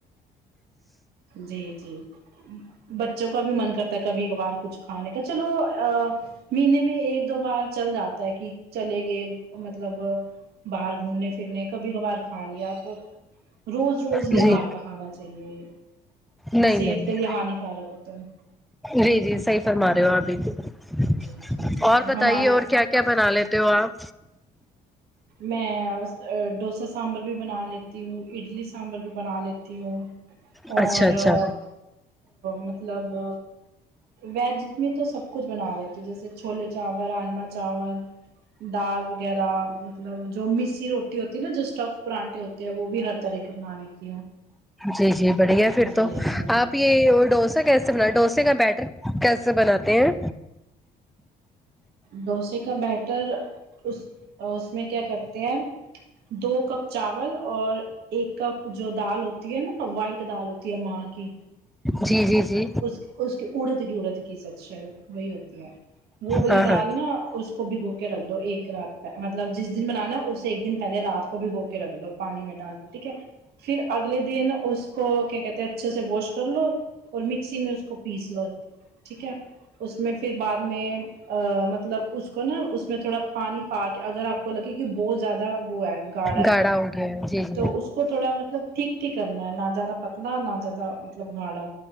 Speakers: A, on the right; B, in the centre.
A: جی جی بچوں کا بھی من کرتا ہے کبھی کبھار کچھ کھانے کا چلو مہینے میں ایک دو بار چل جاتا ہے کہ چلے گئے مطلب باہر گھومنے پھرنے کبھی کبھار کھا لیاپ روز روز نہیں
B: جی
A: باہر کا کھانا چاہیے
B: نہیں
A: صحت
B: نہیں نہیں،
A: کے لیے ہانی رک ہوتا ہے
B: جی جی صحیح فرما رہے ہو اپ یے
A: جی جی جی
B: اور بتائیے
A: ہمارے
B: اور کیا کیا بنا لیتے ہو آپ
A: میں ڈوسا سانبھر بھی بنا لیتی ہوں اڈلی سانبھر بھی بنا لیتی ہوں
B: اچھا
A: اور
B: اچھا
A: مطلب ویج میں تو سب کچھ بنا لیتی ہوں جیسے چھولے چاول راجما چاول دال وغیرہ مطلب جو مسی روٹی ہوتی ہے نا جو اسٹف پرانٹے ہوتے ہیں وہ بھی ہر طرح کے بنا لیتی ہوں
B: جی جی بڑھیا پھر
A: جی
B: تو
A: جی
B: آپ ہی یہ ڈوسا کیسے بنا ڈوسے کا بیٹر کیسے بناتے ہیں
A: ڈوسے کا بیٹر اس اس میں کیا کرتے ہیں دو کپ چاول اور ایک کپ جو دال ہوتی ہے نا وائٹ دال ہوتی ہے ماں کی
B: جی جی جی
A: اس اس کی اڑد کی اڑد کی شاید وہی ہوتی ہے وہ والی
B: ہاں
A: دال
B: ہاں
A: نا اس کو بھگو کے رکھ دو ایک رات مطلب جس دن بنانا اسے ایک دن پہلے رات کو بھگو کے رکھ دو پانی میں ڈال دو ٹھیک ہے پھر اگلے دن اس کو کیا کہتے اچھے سے واش کر لو اور مکسی میں اس کو پیس لو ٹھیک ہے اس میں پھر بعد میں مطلب اس کو نا اس میں تھوڑا پانی پا کے اگر آپ کو لگے کہ بہت زیادہ وہ ہے گڑا ہے
B: گاڑھا ہو گیا ہے جی جی ہوں
A: تو اس کو تھوڑا مطلب ٹھیک ٹھیک کرنا ہے نہ زیادہ پتلا نہ زیادہ مطلب گھاڑا